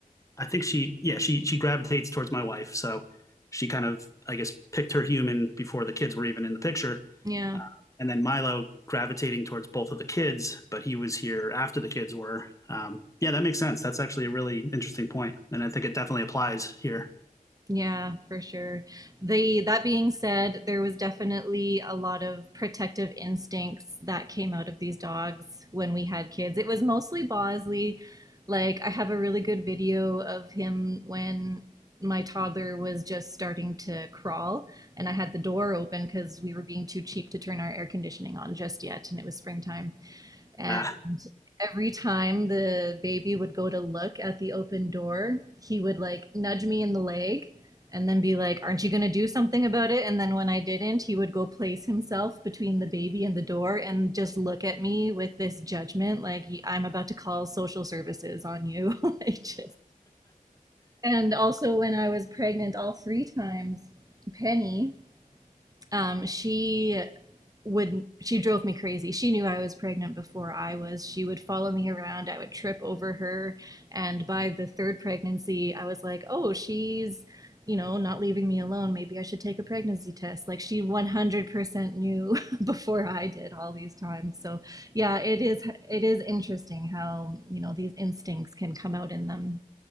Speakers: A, on the left (about 20°); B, on the right (about 25°).
A: I think she, yeah, she she gravitates towards my wife, so she kind of, I guess, picked her human before the kids were even in the picture.
B: Yeah.
A: Uh, and then Milo gravitating towards both of the kids, but he was here after the kids were. Um, yeah, that makes sense. That's actually a really interesting point, and I think it definitely applies here.
B: Yeah, for sure. The that being said, there was definitely a lot of protective instincts that came out of these dogs when we had kids. It was mostly Bosley. Like I have a really good video of him when my toddler was just starting to crawl and I had the door open because we were being too cheap to turn our air conditioning on just yet and it was springtime. And
A: Uh,
B: every time the baby would go to look at the open door, he would like nudge me in the leg and then be like, Aren't you going to do something about it? And then when I didn't, he would go place himself between the baby and the door and just look at me with this judgment like, I'm about to call social services on you. <laughs> like, just. And also, when I was pregnant all three times, Penny, um, she would she drove me crazy. She knew I was pregnant before I was. She would follow me around. I would trip over her, and by the third pregnancy, I was like, "Oh, she's, you know, not leaving me alone. Maybe I should take a pregnancy test." Like she 100% knew <laughs> before I did all these times. So, yeah, it is it is interesting how, you know, these instincts can come out in them.